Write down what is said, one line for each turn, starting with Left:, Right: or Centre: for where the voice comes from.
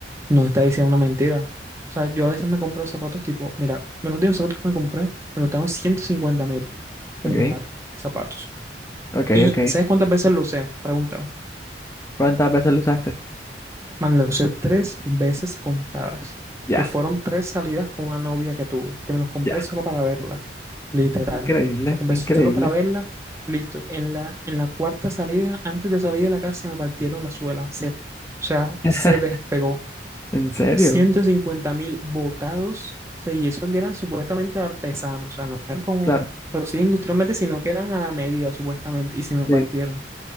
Right: nos está diciendo una mentira. O sea, yo a veces me compro zapatos tipo, mira, me los últimos zapatos que me compré me costaron ciento cincuenta mil, un
Left: ok,
Right: par de zapatos.
Left: ok,
Right: ¿Y
Left: ok.
Right: sabes cuántas veces lo usé? Preguntaba.
Left: ¿Cuántas veces lo usaste?
Right: Man, lo usé tres veces contadas,
Left: Ya,
Right: que fueron tres salidas con una novia que tuve, que me los compré
Left: ya.
Right: solo para verla, literal.
Left: Increíble,
Right: Lo compré
Left: increíble.
Right: solo para verla, listo. En la, en la cuarta salida, antes de salir de la casa, se me partieron la suela, se, o sea,
Left: <laughs>
Right: se despegó.
Left: ¿En serio?
Right: ciento cincuenta mil botados, o sea, y esos que eran supuestamente artesanos, o sea, no eran como
Left: Claro,
Right: producidos industrialmente, sino que eran a la medida, supuestamente, y se me
Left: sí.
Right: partieron.